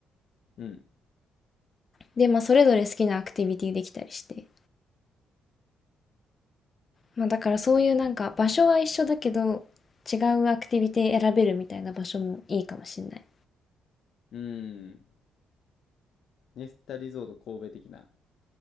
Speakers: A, on the left; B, on the left.
A: うん。
B: で、まあ、それぞれ好きなアクティビティできたりして。まあだからそういうなんか場所は一緒だけど違うアクティビティ選べるみたいな場所もいいかもしれない。
A: うん。ネスタリゾート神戸的な。